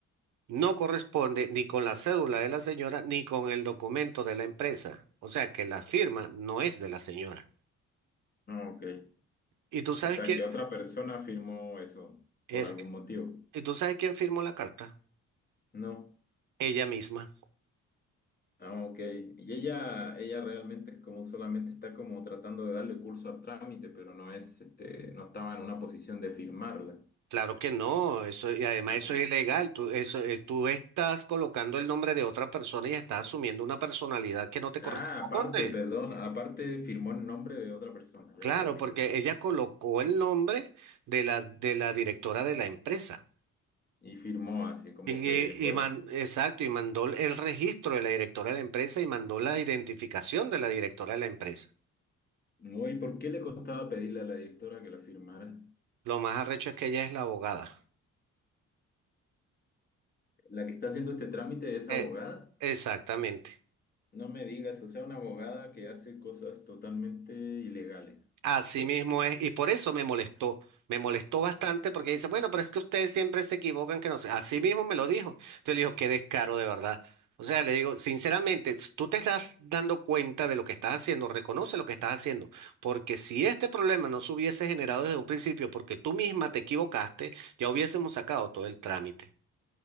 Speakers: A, on the right; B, on the left.
A: no corresponde ni con la cédula de la señora ni con el documento de la empresa. O sea que la firma no es de la señora.
B: no, ok.
A: ¿Y tú sabes
B: O sea
A: quién
B: que otra persona firmó eso
A: es?
B: por algún motivo.
A: ¿Y tú sabes quién firmó la carta?
B: No.
A: Ella misma.
B: Ah, ok. Y ella, ella realmente es como solamente está como tratando de darle curso al trámite, pero no es, este, no estaba en una posición de firmarla.
A: Claro que no, eso, y además
B: Ok.
A: eso es ilegal. Tú, eso, eh, tú estás colocando el nombre de otra persona y estás asumiendo una personalidad que no te
B: Ah,
A: corresponde.
B: aparte, perdón, aparte firmó en nombre de otra persona,
A: Claro,
B: ya entendí.
A: porque ella colocó el nombre de la, de la directora de la empresa.
B: Y firmó así, como
A: Y,
B: que fuera.
A: y man- exacto, y mandó el registro de la directora de la empresa y mandó la identificación de la directora de la empresa.
B: No, ¿y por qué le costaba pedirle a la directora que la firmara?
A: Lo más arrecho es que ella es la abogada.
B: ¿La que está haciendo este trámite es abogada?
A: Eh, exactamente.
B: No me digas, o sea, una abogada que hace cosas totalmente ilegales.
A: Así mismo es, y por eso me molestó, me molestó bastante porque dice, bueno, pero es que ustedes siempre se equivocan, que no sé, así mismo me lo dijo. Entonces le digo, qué descaro de verdad. O sea, le digo, sinceramente, s- tú te estás dando cuenta de lo que estás haciendo, reconoce lo que estás haciendo, porque si este problema no se hubiese generado desde un principio, porque tú misma te equivocaste, ya hubiésemos sacado todo el trámite.